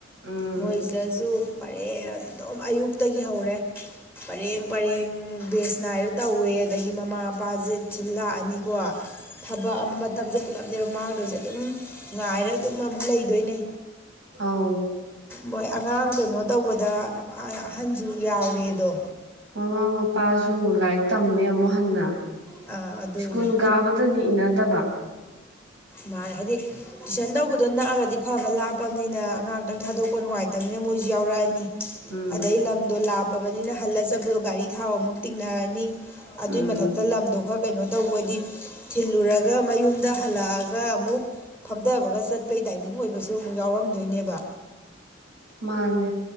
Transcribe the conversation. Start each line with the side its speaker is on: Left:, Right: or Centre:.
Right: ꯎꯝ
Centre: ꯃꯣꯏ ꯁꯤꯗꯁꯨ ꯄꯔꯦ ꯑꯗꯨꯝ ꯑꯌꯨꯛꯇꯒꯤ ꯍꯧꯔꯦ ꯄꯔꯦꯡ ꯄꯔꯦꯡ ꯕꯦꯁ ꯅꯥꯏꯔ ꯇꯧꯋꯦ ꯑꯗꯒꯤ ꯃꯃꯥ ꯃꯄꯥꯖꯦ ꯊꯤꯜ ꯂꯥꯛꯑꯅꯤ ꯀꯣ ꯊꯕꯛ ꯑꯃ ꯃꯇꯝꯁꯦ ꯄꯨꯂꯞꯅꯦꯕ ꯃꯥꯡꯗꯣꯏꯁꯦ ꯑꯗꯨꯝ ꯉꯥꯏꯔ ꯑꯗꯨꯝ ꯑꯃꯨꯛ ꯂꯩꯗꯣꯏꯅꯦ
Right: ꯑꯥꯎ
Centre: ꯃꯣꯏ ꯑꯉꯥꯡ ꯀꯩꯅꯣ ꯇꯧꯕꯗ ꯑꯍꯟꯁꯨ ꯌꯥꯎꯔꯦꯗꯣ
Right: ꯃꯃꯥ ꯃꯄꯥꯁꯨ ꯂꯥꯏꯔꯤꯛ ꯇꯝꯃꯦ ꯑꯃꯨꯛ ꯍꯟꯅ
Centre: ꯑꯥ ꯑꯗꯨꯅꯤ
Right: ꯁ꯭ꯀꯨꯜ ꯀꯥꯕꯗꯅꯤ ꯏꯅꯗꯕ
Centre: ꯃꯥ ꯍꯥꯏꯗꯤ ꯇꯨꯏꯁꯟ ꯇꯧꯕꯗꯣ ꯅꯛꯑꯒꯗꯤ ꯐꯕ ꯂꯥꯞꯄꯕꯅꯤꯅ ꯑꯉꯥꯡꯥꯛꯇꯪ ꯊꯥꯗꯣꯛꯄ ꯅꯨꯡꯉꯥꯏꯇꯕꯅꯤꯅ ꯃꯣꯏꯁꯨ ꯌꯥꯎꯔꯛꯑꯅꯤ
Right: ꯎꯝ
Centre: ꯑꯗꯩ ꯂꯝꯗꯣ ꯂꯥꯞꯄꯕꯅꯤꯅ ꯍꯜꯂꯆꯕꯗꯣ ꯒꯥꯔꯤ ꯊꯥꯎ ꯑꯃꯨꯛ ꯇꯤꯡꯅꯔꯅꯤ ꯑꯗꯨꯏ
Right: ꯎꯝ
Centre: ꯃꯊꯛꯇ ꯂꯝꯗꯣ ꯈꯔ ꯀꯩꯅꯣ ꯇꯧꯕꯗꯤ ꯊꯤꯜꯂꯨꯔꯒ ꯃꯌꯨꯝꯗ ꯍꯜꯂꯛꯑꯒ ꯒ ꯑꯃꯨꯛ ꯐꯝꯊꯕꯒ ꯆꯠꯄꯩ ꯇꯥꯏꯃꯤꯡ ꯑꯣꯏꯕꯁꯨ ꯑꯃꯨꯛ ꯌꯥꯎꯔꯝꯗꯣꯏꯅꯦꯕ
Right: ꯃꯥꯅꯦ